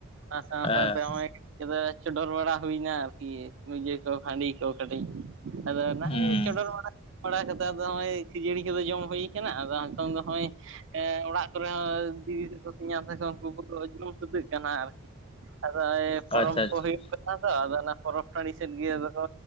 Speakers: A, on the right; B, on the left.
A: ᱚᱱᱟ ᱥᱟᱶ
B: ᱦᱮᱸ
A: ᱥᱟᱶᱛᱮ ᱱᱚᱜ-ᱚᱭ᱾ ᱪᱚᱰᱚᱨ ᱵᱟᱲᱟ ᱦᱩᱭᱱᱟ ᱟᱨᱠᱤ ᱤᱭᱟ. ᱦᱟᱺᱰᱤ ᱠᱚ ᱠᱟᱹᱴᱤᱡ, ᱟᱫᱚ ᱚᱱᱟᱜᱮ
B: ᱦᱩᱸ
A: ᱪᱚᱰᱚᱨ ᱵᱟᱲᱟ, ᱵᱟᱲᱟ ᱠᱟᱛᱮ ᱟᱫᱚ ᱱᱚᱜᱚᱭ ᱠᱷᱟᱹᱡᱟᱲᱤ ᱠᱚᱫᱚ ᱡᱚᱢ ᱦᱩᱭ ᱠᱟᱱᱟ ᱟᱫᱚ ᱱᱤᱛᱚᱝ ᱫᱚ ᱦᱚᱸᱜᱚᱭ ᱚᱲᱟᱜ ᱠᱚᱨᱮ ᱦᱚᱸ ᱫᱤᱫᱤ ᱛᱟᱠᱚ ᱛᱮᱧᱟᱝ ᱛᱟᱠᱚ᱾ ᱩᱱᱠᱩ ᱠᱚ ᱡᱚᱢ ᱥᱟᱹᱛᱟᱹᱜ ᱠᱟᱱᱟ ᱟᱨᱠᱤ ᱟᱫᱚ ᱯᱷᱚᱨᱚᱵᱽ
B: ᱟᱪᱪᱷᱟ ᱟᱪᱪᱷᱟ
A: ᱠᱚ ᱦᱩᱭᱩᱜ ᱠᱟᱱᱟ᱾ ᱟᱫᱚ ᱟᱫᱚ ᱚᱱᱟ ᱯᱚᱨᱚᱵᱽ ᱴᱟᱺᱰᱤ ᱥᱮᱫ ᱜᱮ ᱟᱫᱚ ᱠᱚ